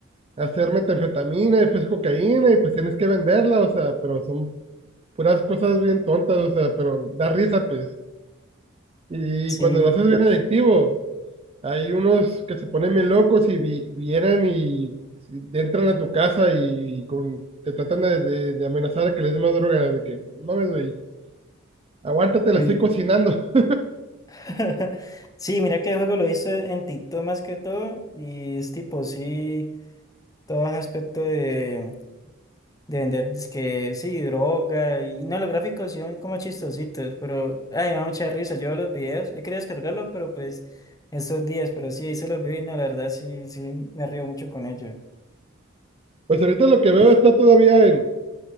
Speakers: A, on the right (about 30°); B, on the left (about 20°).
A: a hacer metanfetamina y después cocaína y pues tienes que venderla, o sea, pero son puras cosas bien tontas, o sea, pero da risa pues. Y
B: sí,
A: cuando lo haces bien adictivo, hay unos que se ponen bien locos y vi- vienen y te entran a tu casa y, con, te tratan de, de- de amenazar a que les des más droga, de que, "No mames, güey, aguántate,
B: uy.
A: la estoy cocinando. <laughs>
B: <laughs> Sí, mira que el juego lo hizo en TikTok más que todo. Y es tipo, sí, todo ese aspecto de, de vender disque, sí, droga. Y no, los gráficos sí son como chistositos, pero ay, me da mucha risa. Yo los videos, he querido descargarlo, pero pues estos días, pero sí, hice los videos y no, la verdad sí, sí, me río mucho con ellos.
A: Pues ahorita lo que veo está todavía en